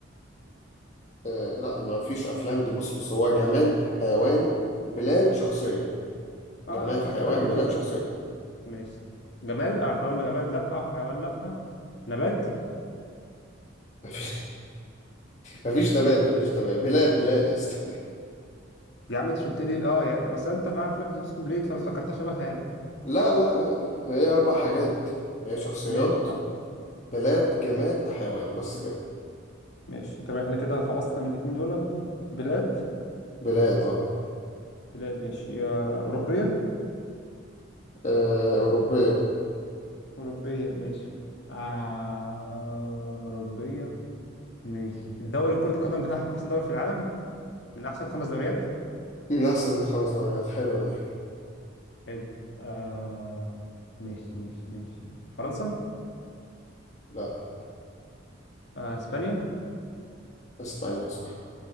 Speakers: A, on the left; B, on the left.
A: آه لا ما فيش افلام دي بص بص هو جماد حيوان بلاد شخصية جماد
B: اه
A: حيوان
B: آه تمام
A: بلاد
B: ماشي
A: شخصية
B: ماشي جماد آه، احنا قلنا جماد لا حيوان لا نبات
A: <laughs> ما فيش ما فيش نبات ما فيش نبات بلاد بلاد يا اسطى <laughs>
B: يا عم انت شلت لي اه يعني مثلا انت عارف لعبه اتوبيس كومبليت فانا افتكرتها شبهها يعني
A: لا لا لا لا لا. هي اربع حاجات هي شخصيات
B: ماشي صح
A: بلاد جماد حيوان بس كده
B: ماشي طب احنا كده خلصنا من الاتنين دول بلاد
A: بلاد اه
B: بلاد ماشي آه، اوروبيه
A: آه، أوروبية
B: اوروبيه ماشي آه، أوروبية ماشي الدوري كرة القدم بتاعهم أحسن دوري في العالم من أحسن خمس دوريات
A: من أحسن خمس دوريات حلوة دي
B: حلو آه ماشي ماشي ماشي فرنسا
A: لا
B: آه إسبانيا
A: إسبانيا صح